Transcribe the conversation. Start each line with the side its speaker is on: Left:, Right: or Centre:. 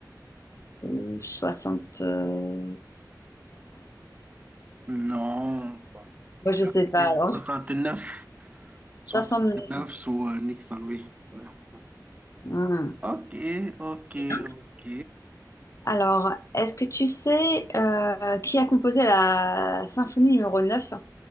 Left: ou 74?
Right: Non, bon, en
Left: Moi,
Right: tout
Left: je
Right: cas,
Left: sais pas.
Right: c'est
Left: Alors,
Right: 69, sous
Left: 60...
Right: euh, Nixon, oui. Voilà.
Left: Hmm,
Right: Ok, ok,
Left: bien.
Right: ok.
Left: Alors, est-ce que tu sais euh, qui a composé la symphonie numéro 9